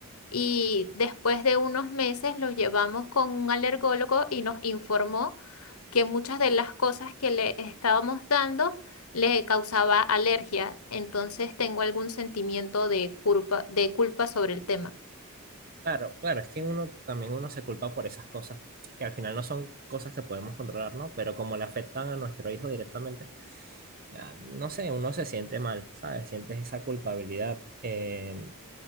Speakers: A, on the left; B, on the right.
A: y después de unos meses lo llevamos con un alergólogo y nos informó que muchas de las cosas que le estábamos dando le causaba alergia. Entonces tengo algún sentimiento de culpa, de culpa sobre el tema.
B: Claro, claro, es que uno también uno se culpa por esas cosas que al final no son cosas que podemos controlar, ¿no? Pero como le afectan a nuestro hijo directamente. ah, no sé, uno se siente mal, ¿sabes? Sientes esa culpabilidad. Eh,